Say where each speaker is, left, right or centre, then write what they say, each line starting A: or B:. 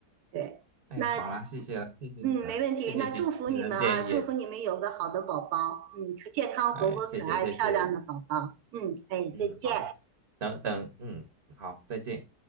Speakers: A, on the right; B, on the right.
A: 对，
B: 哎，
A: 那
B: 好了，谢谢了，谢谢你们，
A: 嗯，没问题。
B: 谢谢今天的建议，
A: 那祝福你们啊，祝福你们有个好的宝宝，嗯，健康、
B: 哎，
A: 活泼、
B: 谢谢谢谢，
A: 可爱、漂亮的宝宝。嗯，哎，
B: 嗯，
A: 再见。
B: 好，等等，嗯，好，再见。